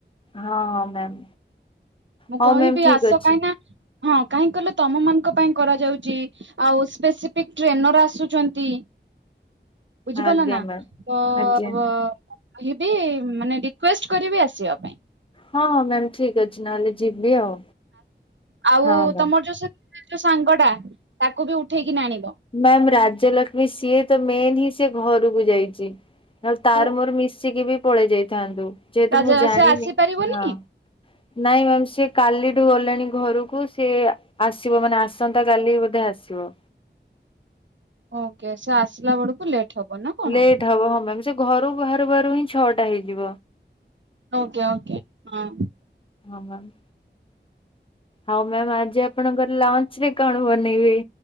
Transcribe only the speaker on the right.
ମୁଁ
କହିବି
ଆସ
କାହିଁ ନା ହଁ କାହିଁକି କହିଲ ତମ ମାନଙ୍କ ପାଇଁ କରାଯାଉଛି। ଆଉ ସ୍ପେସିଫିକ ଟ୍ରେନର ଆସୁଛନ୍ତି। ବୁଝିପାରିଲ
ନା
ତ
ବ କହିବି ମାନେ ରିକୁଏଷ୍ଟ କରିବି ଆସିବା ପାଇଁ।
ଆଉ
ତମର ଯୋଉ ସେ ଯୋଉ ସାଙ୍ଗ ଟା ତାକୁ ବି ଉଠେଇକି ନା ଆଣିବ।
କୁ-
ରାଜା
ସେ ଆସିପାରିବନି
ଓକେ ସେ ଆସିଲା ବେଳକୁ ଲେଟ୍ ହବ ନା କଣ?
ଓକେ ଓକେ ହଁ।